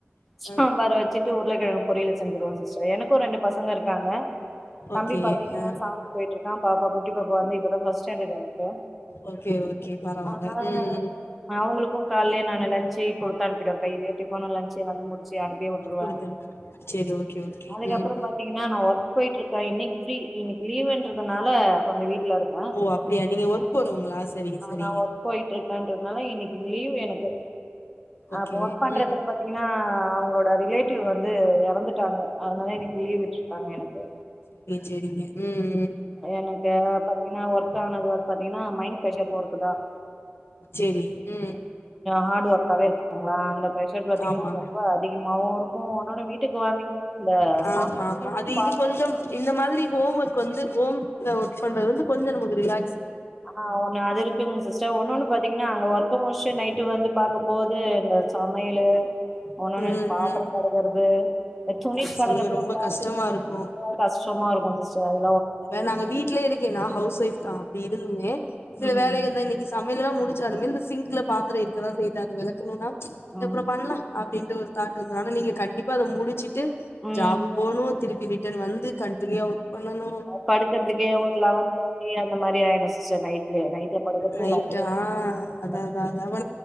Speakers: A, in the centre; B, on the left.
A: சாம்பார்
B: தான்.
A: வச்சுட்டு உருல கெழங்கு பொரியலு செஞ்ருவோ சிஸ்டர் எனக்கு ரெண்டு பசங்க இருக்காங்க தம்பி
B: ஓகே
A: பாத்தீங்கன்னா
B: ஆ
A: சாப்ட்டு போயிட்டு இருக்கான் பாப்பா குட்டி பா இப்ப வந்து இப்பதான் பஸ் ஸன்டாட் எனக்கு
B: ஓகே ஓகே பரவால்ல
A: ஆனா
B: ம்
A: அவங்களுக்கும் காலே நானு லஞ்ச்சு டீ குடுத்து அனுப்பிட்டாங்க கையிலே டீ போன லஞ்ச் எல்லாமே முடிச்சு போ அனுப்பிவுட்டுருவன்
B: குடுக்குறே சரி ஓகே ஓகே
A: அதுக்கப்புறம்
B: ம் ம்
A: பாத்தீங்கன்னா நா ஒர்க் போய்டு இருக்கேன் இன்னைக்கு ப்ஃரீ இன்னைக்கு லீவு அதுனால கொஞ்ச வீட்டு வீட்ல இருந்த
B: ஓ அப்டியா நீங்க ஒர்க் போறவங்களா சரிங்க சரிங்க
A: நா ஒர்க் போய்டு இருக்கேன்றதுனால இன்னைக்கு லீவ் எனக்கு
B: ஓகே
A: அப்ப ஒர்க் பண்றதுல
B: உம்
A: பாத்தீங்கன்னா அவுங்களோட ரிலேட்டிவ் வந்து எறந்துட்டாங்க அதனால இன்னைக்கு லீவு விட்டுருக்காங்க எனக்கு
B: செரிங்க உம் உம்
A: எனக்கு பாத்தீங்கன்னா ஒர்த்தானது ஒர்த் பாத்தீங்கின்னா மைண்ட் ப்ரஷர் ஒர்க்கு தான்
B: செரி உம்
A: ஹாட் ஓர்காவே ங்களா அந்த பிரஷர் பாத்தீங்கன்னா
B: ஆமா
A: ரொம்ப அதிகமாவும் இருக்கும் உன்னேன்னு வீட்டுக்கு வந்தீங்கன்னா அந்த சம்பும்
B: ஆமா ஆமா அது
A: பாத்த
B: இது கொஞ்சம் இந்த மாதிரி ஹோம் ஒர்க் வந்து ஹோம் ஒர்க் பண்றது வந்து கொஞ்சம் நமக்கு ரிலா
A: ஆஹ ஒன்னு அதுருக்குங்க சிஸ்டர் ஒன்ன ஒண்ணு பாத்தீங்கன்னா அங்க ஸ்ட் நைட்டு வந்து பாக்கும்போது இந்த சமையலு உன்னொன்னு
B: ம்
A: இந்த பாத்திரம்
B: ம்
A: கடக்கறது துணி
B: அத
A: கடக்கறதெல்லாம்
B: சொல்லுங்க ரொம்ப
A: பாத்து
B: கஷ்டமா இருக்கு
A: கஷ்டமா இருக்கும் <unintelligible>
B: இப்ப நாங்க வீட்ல இருக்கேன்னா ஹவுஸ் ஒய்ஃப்தா ப்ப இதுலுமே சில
A: ம்
B: வேலைகள்தா இன்னக்கி சம் வேலையெல்லா முடிச்சாலுமே இந்த சிங்க்ல பாத்ரோ இருக்கதா செய்யுது அது வெளக்கணுன்னா ச்
A: ம்
B: அப்றோ பண்லா அப்டின்ட்டு ஒரு தாட் வந்துரு ஆனா நீங்க கண்டிப்பா அத முடிச்சிட்டு
A: ம்
B: ஜாபு போணுத் திருப்பி ரிட்டன் வந்து கண்டினியுவா ஒர்க் பண்ணனு
A: நா படுக்கறதுக்கே ஒரு லெவன் தேர்ட்டி அந்த மாரி ஆயிடு சிஸ்டர் நைட்லயே நைட்ல படுக்குறதுக்கு
B: ரைட்
A: லெவன் தேர்ட்டி
B: ஆ அதா அதா அதா அப்ப